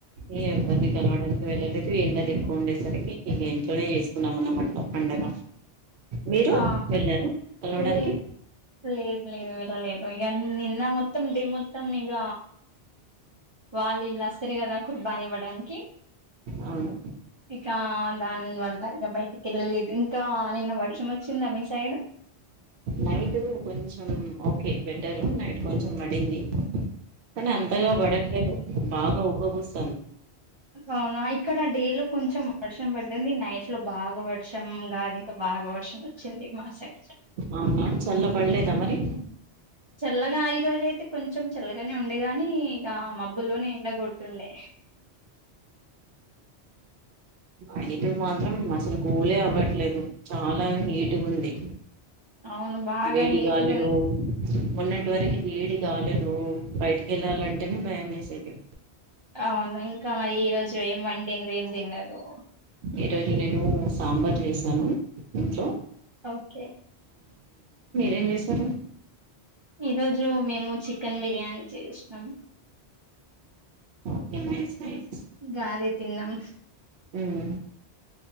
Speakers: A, on the right; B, on the right.
A: ఈ ఎవరిని కలవడానికి వెళ్ళలేదు ఎండలు ఎక్కువ ఉండేసరికి ఇంట్లోనే చేసుకున్నాం అనమాట పండగ మీరు
B: ఆ
A: వెళ్ళారు కలవడానికి
B: లేదు లేదు లేదు వెళ్ళ లేదు ఇ నిన్న మొత్తం మొత్తం డి మొత్తం ఇగ వాళ్ళు వీళ్ళు వస్తారు కదా కుర్బాని ఇవ్వడానికి
A: అవును
B: ఇకా దాని వల్ల ఇంకా బయటికి వెళ్ళలేదు ఇంకా నిన్న వర్షం వచ్చిందా మీ సైడ్
A: నైట్ కొంచం ఓకే బెటర్ నైట్ కొంచెం కొంచెం పడింది కానీ అంతగా పడట్లేదు బాగా ఉబ్బ పోస్తుంది
B: అవునా ఇక్కడ డే లో కొంచెం వర్షం పడింది నైట్ లో బాగా వర్షం గాలితో బాగా వర్షం వచ్చింది మా సైడ్
A: అవునా చల్ల పళ్లేేదా మరి
B: చల్లగా ఈ రోజ అయితే కొంచెం చల్లగానే ఉండేగాని ఇక మబ్బుల్లోనే ఎండకోడుతుండే
A: అన్నిటికి మాత్రం అసలు కూలే అవ్వట్లేదు చాలా హీట్ ఉంది
B: అవును బాగా
A: వేడి
B: హీట్గా
A: గాలులు మోన్నటి వరకు వేడి గాలులు బయటికి వెళ్ళాలంటేనే భయం వేసేది
B: అవును ఇంకా మరి రోజు ఎమ్ వండిడ్రు ఏం తిన్నారు త
A: ఈ రోజు నేను సాంబార్ చేసాను ఇంట్లో
B: ఓకే
A: ఏం చేస్తారు
B: ఈ రోజు మేము చికెన్ బిర్యానీ చేసినం
A: ఓకే నైస్ నైస్
B: గాలే తిన్నాం
A: హమ్